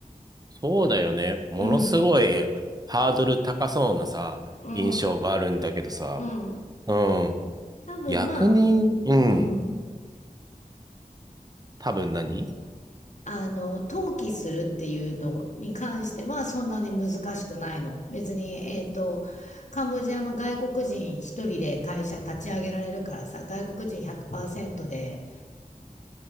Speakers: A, on the right; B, on the left.
A: そうだよね。ものすごいハードル高そうなさ、
B: う。うん。うん。
A: 印象があるんだけどさ、
B: うん。
A: うん。
B: 多分まあ、
A: 役人、うん。
B: うん。
A: 多分何
B: あの、登記するっていうのに関してはそんなに難しくないの。別に、えっと、カンボジアも外国人一人で会社立ち上げられるからさ、外国人100%で